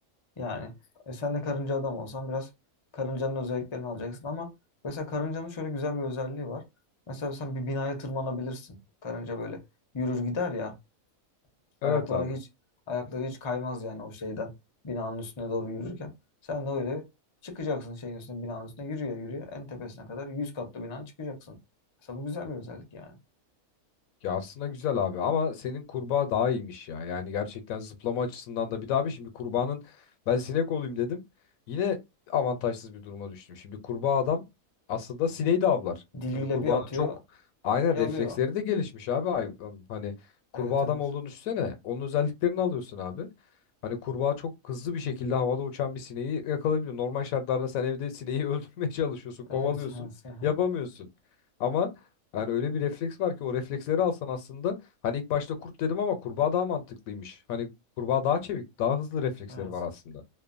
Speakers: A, on the left; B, on the left.
A: Yani e, sen de karınca adam olsan biraz karıncanın özelliklerini alacaksın ama mesela karıncanın şöyle güzel bir özelliği var. Mesela sen bir binaya tırmanabilirsin. Karınca böyle yürür gider ya.
B: Evet
A: Ayakları
B: abi.
A: hiç ayakları hiç kaymaz yani o şeyden binanın üstüne doğru yürürken. Sen de öyle çıkacaksın şeyin üstüne binanın üstüne yürüye yürüye en tepesine kadar 100 katlı binanın çıkacaksın. Mesela bu güzel bir özellik yani.
B: Ya aslında güzel abi ama senin kurbağa daha iyiymiş ya. Yani gerçekten zıplama açısından da bir daha bir şimdi kurbağanın ben sinek olayım dedim. Yine avantajsız bir duruma düştüm. Şimdi kurbağa adam aslında sineği de avlar.
A: Diliyle
B: Hani kurbağanın
A: bir atıyor
B: çok aynen
A: şey
B: refleksleri
A: alıyor.
B: de gelişmiş abi hayvan. Hani kurbağa
A: Evet
B: adam
A: evet.
B: olduğunu düşünsene. Onun özelliklerini alıyorsun abi. Hani kurbağa çok hızlı bir şekilde havada uçan bir sineği yakalayabiliyor. Normal şartlarda sen evde sineği <laughs> öldürmeye çalışıyorsun, kovalıyorsun,
A: Evet. <laughs>
B: yapamıyorsun. Ama yani öyle bir refleks var ki o refleksleri alsan aslında hani ilk başta kurt dedim ama kurbağa daha mantıklıymış. Hani kurbağa daha çevik, daha hızlı refleksleri
A: Evet.
B: var aslında.